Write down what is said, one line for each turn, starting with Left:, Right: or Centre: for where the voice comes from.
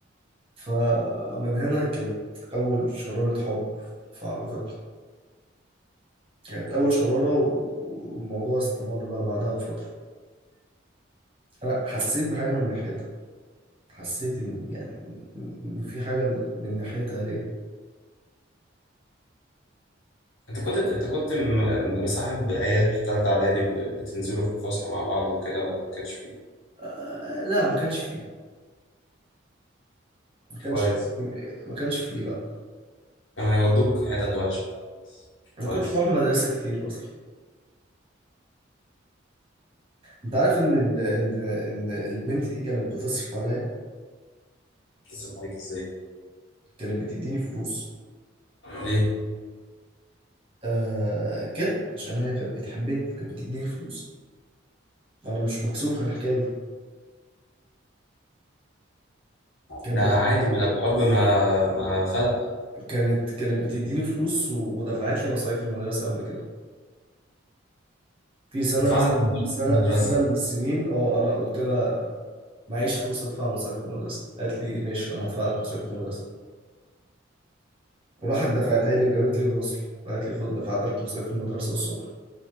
Right: فمن هنا كانت اول شرارة حب في علاقتنا كانت أول شرارة والموضوع استمر بقى بعدها بفترة أنا حسيت بحاجة من ناحيتها حسيت إن يعني إن إن- إن في حاجة من ناحيتها ليه؟
Left: انت كنت انت كنت م- مصاحب عيال في ثالثه اعدادي ب- بتنزلوا في الفسحه مع بعض وكده ولا ما كانش فيه
Right: آه لا ما كانش فيه ما كانش
Left: كويس
Right: فيه ما كانش فيه لا
Left: كانوا هيودوك حتت وحشه
Right: ما
Left: كويس
Right: كنتش بروح مدرسة كتير أصلا أنت عارف إن ال... إن إن البنت دي كانت بتصرف عليا
Left: اتصل عليك ازاي
Right: كانت بتديني فلوس
Left: ليه
Right: آه كده عشان هي كانت بتحبني فكانت بتديني فلوس وأنا مش مكسوف من الحكاية دي كانت
Left: ده عادي
Right: بت...
Left: من الحب ما ما فرق
Right: كانت كانت بتديني فلوس و... ودفعت لي مصاريف المدرسة قبل كده في سنة
Left: تدفع لك مصاريف
Right: سنة
Left: المدرسه
Right: سنة من السنين اه أنا قلت لها معيش فلوس أدفع مصاريف المدرسة قالت لي ماشي أنا هدفع لك مصاريف المدرسة وراحت دفعتها لي وجابت لي الوصل قالت لي خد دفعت لك مصاريف المدرسة الصبح